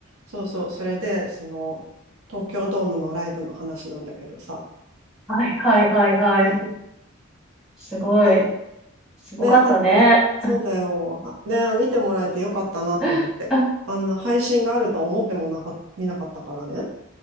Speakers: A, on the right (about 80°); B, in the centre.
A: そうそう、それで、その、東京ドームのライブの話なんだけどさ。
B: はいはいはいはい。
A: <laughs>
B: すごい。
A: あ、
B: すごかったね。
A: ね、は、そうだよ。はね、見てもらえてよかったなと思って。
B: <laughs>
A: あんな配信があるとは思ってもなか、見なかったからね。